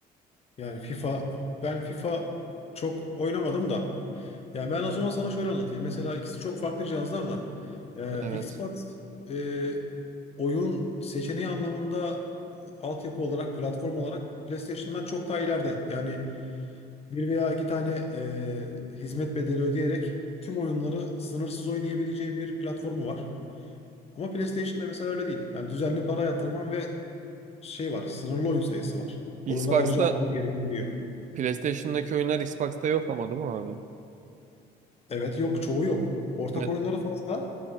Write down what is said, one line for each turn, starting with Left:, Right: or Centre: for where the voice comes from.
Left: Yani FIFA ben FIFA çok oynamadım da Yani ben o zaman sana şöyle anlatayım. Mesela ikisi çok farklı cihazlar da. Ee,
Right: Evet.
Left: Xbox e, oyun seçeneği anlamında e, altyapı olarak, platform olarak PlayStation'dan çok daha ileride. Yani bir veya iki tane e, hizmet bedeli ödeyerek tüm oyunları sınırsız oynayabileceğin bir platformu var. Ama PlayStation'da mesela öyle değil. Yani düzenli para yatırman ve şey var, sınırlı oyun sayısı var. Oyunları
Right: Xbox'ta
Left: ayrıca alman da gerekebiliyor.
Right: PlayStation'daki oyunlar Xbox'ta yok ama değil mi abi?
Left: Evet yok, çoğu yok. Ortak
Right: Ne-
Left: oyunları fazla.